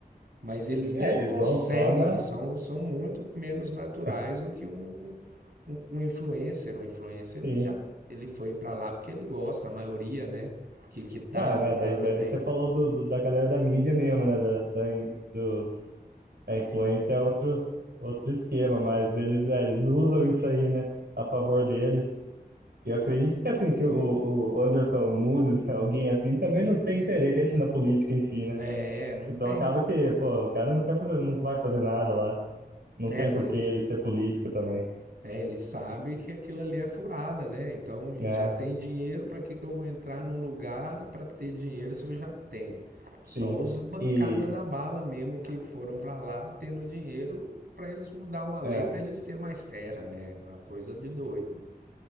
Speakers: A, on the right; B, on the right.
A: Mas eles
B: sim,
A: nem
B: é, eles
A: conseguem,
B: vão só na,
A: são, são muito menos naturais
B: é,
A: do que um, um, um influencer. Um influencer, ele
B: sim.
A: já ele foi para lá porque ele gosta, a maioria, né? Que, que tá
B: Não, é,
A: dando
B: mas daí, daí
A: bem.
B: você falou do, do- da galera da mídia mesmo, né? Da, da in- dos, a influência é outro outro esquema, mas eles, é, eles usam isso aí, né? A favor deles. E eu acredito que assim, se o, o Anderson Nunes, <laughs> alguém assim, também não tem interesse na política em si, né?
A: É, não
B: Então
A: tem.
B: acaba que, pô, o cara não quer fazer, não vai fazer nada lá. Não
A: É,
B: tem
A: porque
B: por que ele ser político também,
A: É, ele sabe que aquilo ali é furada, né? Então, e
B: né?
A: já tem dinheiro, para que que eu vou entrar num lugar para ter dinheiro se eu já tenho? Só
B: Sim.
A: os bancada
B: E,
A: da bala mesmo que foram para lá tendo dinheiro para eles mudar uma lei
B: é,
A: para eles ter mais terra, né? Uma coisa de doido, né?